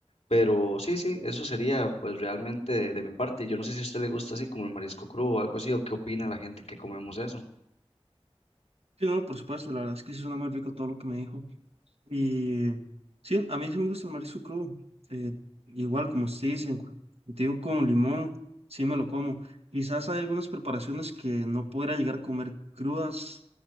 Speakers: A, on the left; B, on the right.
A: Pero sí, sí, eso sería pues realmente de, de mi parte. Yo no sé si a usted le gusta así como el marisco crudo o algo así, o qué opina la gente que comemos eso.
B: Sí, no, por supuesto, la verdad es que sí suena muy rico todo lo que me dijo. Y sí, a mí sí me gusta el marisco crudo. eh, igual, como usted dice, en cor- digo con limón, sí me lo como. Quizás hay algunas preparaciones que no podrá llegar a comer crudas,